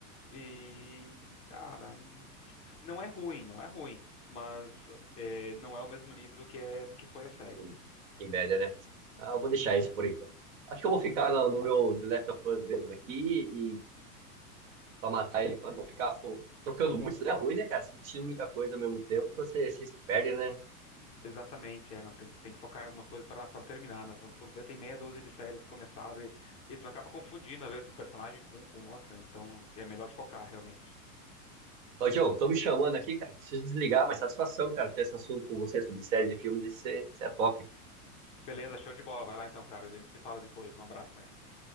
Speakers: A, on the left; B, on the right.
A: E, cara, n- tipo, não é ruim, não é ruim, mas é, não é o mesmo nível do que é do que foi a série.
B: do Breaking Bad, né? Ah, eu vou deixar
A: É,
B: isso por enquanto. Acho que eu vou ficar no, no meu The Last of Us mesmo aqui pra matar ele, pra não ficar pô, trocando muito. Isso é ruim, né, cara? Você fica assistindo muita coisa ao mesmo tempo, você, você se perde, né?
A: exatamente, é, não, tem, que- tem que focar em algumas coisas para para terminar, né? Só Quando vê, tem meia dúzia de séries começadas e, e tu acaba confundindo, às vezes, um personagem com um com outro, né? Então é melhor focar realmente.
B: Claudião, estão me chamando aqui, cara. Preciso desligar, mas satisfação, cara, ter esse assunto com você sobre série de filmes. Isso é, isso é top.
A: Beleza, show de bola, vai lá então, cara, a gente se fala depois, um abraço, hein?